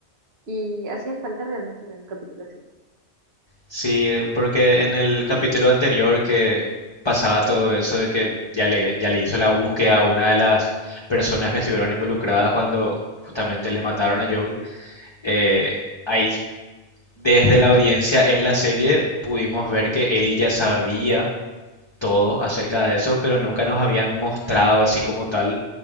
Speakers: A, on the right; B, on the left.
A: Y hacía falta realmente ver un capítulo así.
B: Sí, porque en el capítulo anterior que pasaba todo eso de que ya le, ya le hizo la búsqueda a una de las personas que estuvieron involucradas cuando justamente le mataron a Joel, eh, ahí desde la audiencia en la serie pudimos ver que Ellie ya sabía todo acerca de eso, pero nunca nos habían mostrado así como tal